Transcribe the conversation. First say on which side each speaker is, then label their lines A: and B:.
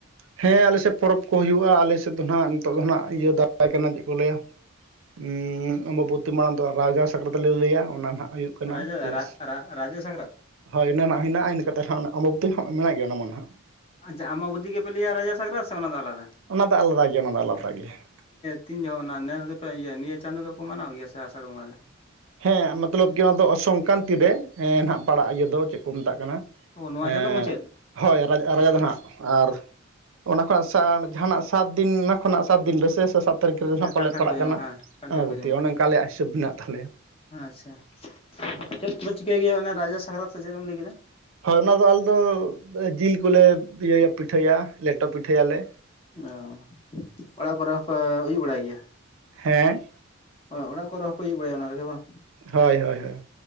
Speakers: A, on the right; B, on the left.
A: ᱦᱮᱸ ᱟᱞᱮᱥᱮᱫ ᱯᱚᱨᱚᱵᱽ ᱠᱚ ᱦᱩᱭᱩᱜᱼᱟ ᱟᱞᱮᱥᱮᱫ ᱫᱚ ᱱᱟᱦᱟᱸᱜ ᱱᱤᱛᱚᱜ ᱫᱚ ᱱᱟᱦᱟᱸᱜ ᱤᱭᱟᱹ ᱫᱟᱨᱟᱭ ᱠᱟᱱᱟ ᱪᱮᱫ ᱠᱚ ᱞᱟᱹᱭᱟ ᱩᱸ ᱚᱢᱵᱚᱵᱚᱛᱤ ᱢᱟᱲᱟᱝ ᱫᱚ ᱨᱟᱡᱟ ᱥᱟᱠᱨᱟᱛ ᱞᱮ ᱞᱟᱹᱭᱟ ᱚᱱᱟ ᱱᱟᱦᱟᱸᱜ ᱦᱩᱭᱩᱜ ᱠᱟᱱᱟ
B: ᱨᱟᱡᱟ
A: ᱵᱮᱥ
B: ᱨᱟ ᱨᱟ ᱨᱟᱡᱟ ᱥᱟᱠᱨᱟᱛ
A: ᱦᱳᱭ ᱤᱱᱟᱹ ᱱᱟᱦᱟᱸᱜ ᱦᱮᱱᱟᱜᱼᱟ ᱤᱱᱟᱹᱛᱮ ᱦᱟᱸᱜ ᱚᱢᱵᱚᱵᱚᱛᱤ ᱦᱟᱸᱜ ᱢᱮᱱᱟᱜ ᱜᱮᱭᱟ ᱚᱱᱟ ᱢᱟ ᱱᱟᱦᱟᱸᱜ
B: ᱟᱪᱪᱷᱟ ᱟᱢᱵᱟᱵᱚᱛᱤ ᱜᱮᱯᱮ ᱞᱟᱹᱭᱟ ᱨᱟᱡᱟ ᱥᱟᱠᱨᱟᱛ ᱥᱮ ᱚᱱᱟ ᱫᱚ ᱟᱞᱟᱫᱟ?
A: ᱚᱱᱟ ᱫᱚ ᱟᱞᱟᱫᱟ ᱜᱮᱭᱟ ᱚᱱᱟ ᱫᱚ ᱟᱞᱟᱫᱟ ᱜᱮᱭᱟ ᱾
B: ᱛᱤᱱ ᱡᱚᱦᱚᱜ ᱚᱱᱟ ᱱᱮᱥ ᱜᱮᱯᱮ ᱤᱭᱟᱹ ᱱᱤᱭᱟᱹ ᱪᱟᱸᱫᱳ ᱜᱮᱠᱚ ᱢᱟᱱᱟᱣ ᱜᱮᱭᱟ ᱥᱮ ᱟᱥᱟᱲ ᱵᱚᱸᱜᱟ ᱨᱮ?
A: ᱦᱮᱸ ᱢᱚᱛᱞᱚᱵᱽ ᱠᱤ ᱱᱚᱣᱟ ᱫᱚ ᱥᱚᱝᱠᱨᱟᱱᱛᱤ ᱨᱮ ᱱᱟᱦᱟᱸᱜ ᱯᱟᱲᱟᱜᱼᱟ ᱤᱭᱟᱹ ᱫᱚ ᱪᱮᱫ ᱠᱚ ᱢᱮᱛᱟᱜ ᱠᱟᱱᱟ
B: ᱚ ᱱᱚᱣᱟ ᱪᱟᱸᱫᱳ
A: ᱮᱸᱻᱜ
B: ᱢᱩᱪᱟᱹᱫ
A: ᱦᱳᱭ ᱨᱟᱡᱟ ᱨᱟᱡᱟ ᱫᱚ ᱦᱟᱸᱜ ᱟᱨ ᱚᱱᱟ ᱠᱷᱚᱱ ᱥᱟᱱ ᱡᱟᱦᱟᱸᱱᱟᱜ ᱥᱟᱛ ᱫᱤᱱ ᱚᱱᱟ ᱠᱷᱚᱱᱟᱜ ᱥᱟᱛ ᱫᱤᱱ ᱨᱟᱹᱥᱟᱹ ᱥᱮ ᱥᱟᱛ ᱛᱟᱹᱨᱤᱠᱷ ᱨᱮ ᱱᱟᱦᱟᱸᱜ
B: ᱦᱮᱸ ᱠᱟᱱᱴᱷᱟᱲ
A: ᱯᱟᱞᱮ ᱯᱟᱲᱟᱜ
B: ᱠᱚ ᱡᱚᱢᱟ
A: ᱠᱟᱱᱟ
B: ᱠᱟᱱᱴᱷᱟᱲ
A: ᱟᱢᱵᱚᱵᱚᱛᱤ
B: ᱠᱚ ᱡᱚᱢᱟ
A: ᱚᱱᱮ ᱚᱱᱠᱟ ᱟᱞᱮᱭᱟᱜ ᱦᱤᱥᱟᱹᱵ ᱢᱮᱱᱟᱜ ᱛᱟᱞᱮᱭᱟ
B: ᱦᱮᱸ ᱟᱪᱪᱷᱟ
A: ᱦᱳᱭ
B: ᱪᱮᱫ ᱠᱚᱯᱮ ᱪᱤᱠᱟᱹᱭ ᱜᱮᱭᱟ ᱚᱱᱟ ᱨᱟᱡᱟ ᱥᱟᱠᱨᱟᱛ ᱥᱮ ᱪᱮᱫ ᱮᱢ ᱞᱟᱹᱭ ᱠᱮᱫᱟ?
A: ᱦᱳᱭ ᱚᱱᱟ ᱫᱚ ᱟᱞᱮ ᱫᱚ ᱡᱤᱞ ᱠᱚᱞᱮ ᱤᱭᱟᱹᱭᱟ ᱯᱤᱴᱷᱟᱹᱭᱟ ᱞᱮᱴᱚ ᱯᱤᱴᱷᱟᱹᱭᱟᱞᱮ ᱾
B: ᱚ ᱚᱲᱟᱜ ᱠᱚᱨᱮ ᱠᱛᱯᱮ ᱦᱩᱭ ᱵᱟᱲᱟᱭ ᱜᱮᱭᱟ?
A: ᱦᱮᱸ
B: ᱚᱲᱟᱜ ᱠᱚᱨᱮ ᱦᱚᱸᱯᱮ ᱦᱤᱡᱩᱜ ᱵᱟᱲᱟᱭᱟ ᱚᱱᱟ ᱟᱨᱮ ᱵᱟᱝ?
A: ᱦᱳᱭ ᱦᱳᱭ ᱦᱳᱭ